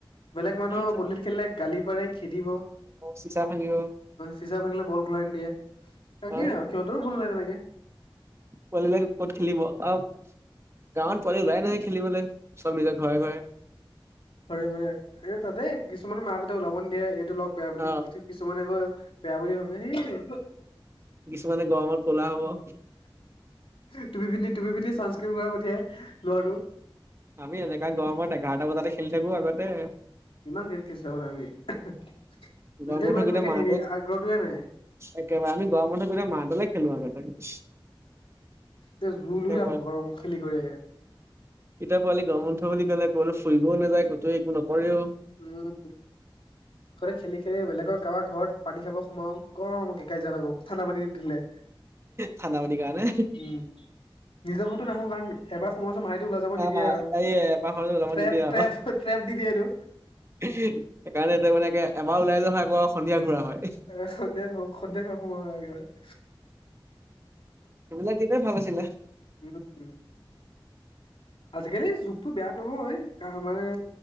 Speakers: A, on the left; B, on the right.
A: বেলেগ মানুহৰ
B: সেইটোৱে
A: পদুলিট খেলিলে, গালি পাৰে। খেদিব অ,
B: চিচা ভাঙিব
A: চিচা ভাঙিলে বল ঘূৰাই নিদিয়ে। তাকে
B: অ
A: সিহঁতৰো ভুল নাই তেনেকে।
B: পোৱালি বিলাক ক'ত খেলিব আৰু গাঁৱত পোৱালি ওলাই নাহয় খেলিবলৈ, চব নিজৰ ঘৰে ঘৰে।
A: ঘৰে ঘৰে এ, তাতে কিছুমান মাকতে ওলাব নিদিয়ে এইটো লগ বেয়া বুলি,
B: অ
A: কি কিছুমানে আকৌ বেয়া বুলি ভাবে সেই
B: কিছুমানে গৰমত কলা হ'ব।
A: তুপি পিন্ধি, তুপি পিন্ধি, চানস্ক্ৰীিন লগাই পঠিয়াই, লৰাটো।
B: আমি এনেকা গৰমত এঘাৰটা বজাতে খেলি থাকো আগতে।
A: কিমান কিৰ্কেত খেলিছিলো আমি, আজিকালি
B: গৰম বন্ধ
A: পোৱালিৰ
B: গোটেই
A: তেনেকে
B: মাহটো
A: হেৰি আগ্ৰহ টোৱে নাই।
B: একেবাৰে আমি গৰম বন্ধত গোটেই মাহডলে খেলো আৰু আগতে।
A: তে, জুল
B: তেতিয়া
A: আহো ঘৰ খেলি কৰি একে।
B: এতিয়াৰ পোৱালি গমৰ বন্ধ বুলি ক'লে, কৰবালে ফুৰিবও নাযায়, ক'তো একো নকৰেও।
A: উম গোটেই খেলি, খেলি বেলেগৰ কাৰবাৰ ঘৰত পানী খাব সোমাও। কম কাজিয়া লাগো, ঠানা পানী নিদিলে।
B: ঠান্দা পানীৰ, কাৰনে?
A: উম, নিজৰ ঘৰতো নহু কাৰণ এবাৰ সময়ছো মাহেটো ওলাই যাব নিদিয়ে
B: আহ
A: আৰু
B: এই এবাৰ খাওঁতে ওলাব
A: ট্ৰেপ,
B: নিদিয়ে আৰু
A: ট্ৰেপ, ট্ৰেপ, দি দিয়েটো।
B: সেইকাৰণে ত, মানে এবাৰ ওলাই যোৱা হয়, আকৌ সন্ধিয়া ঘুৰা হয়।
A: এ, সন্ধিয়া ঘৰ, সন্ধিয়া ঘৰ, সোমোৱা হয় একেবাৰে।
B: সেইবিলাক দিনে, ভাল আছিলে।
A: উম, আজিকালি যুগতটো বেয়া নহয়, কাৰণ আমাৰ